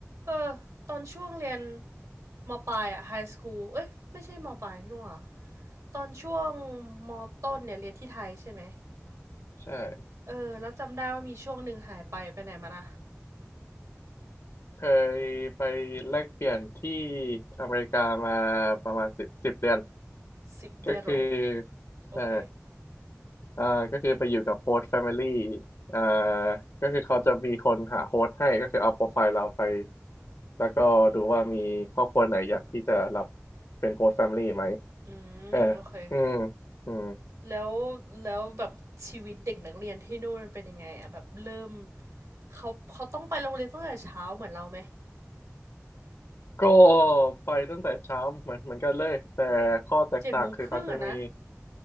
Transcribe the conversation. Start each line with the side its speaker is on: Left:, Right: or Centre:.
Right: เออตอนช่วงเรียนมปลายอะไฮสคูลเอ้ยไม่ใช่มปลายนี่หว่าตอนช่วงมต้นเนี่ยเรียนที่ไทยใช่ไหม
Left: ใช่
Right: เออแล้วจำได้ว่ามีช่วงหนึ่งหายไปไปไหนมานะ
Left: เคยไปแลกเปลี่ยนที่อเมริกามาประมาณสิบสิบเดือน
Right: สิบเดือนโอ
Left: ก็คือ
Right: โอเค
Left: ใช่อ่าก็คือไปอยู่กับโฮสต์แฟมิลี่อ่าก็คือเขาจะมีคนหาโฮสต์ให้ก็คือเอาโปรไฟล์เราไปแล้วก็ดูว่ามีครอบครัวไหนอยากที่จะรับเป็นโฮสต์แฟมิลี่ไหม
Right: อืมโอเค
Left: เอออืมอืม
Right: แล้วแล้วแบบชีวิตเด็กนักเรียนที่นู่นมันเป็นยังไงอะแบบเริ่มเขาเขาต้องไปโรงเรียนตั้งแต่เช้าเหมือนเราไหม
Left: ก็ไปตั้งแต่เช้าเหมือนเหมือนกันเลยแต่ข้อแตกต่างคือเขาจะมี
Right: เจ็ดโมงครึ่งอะนะ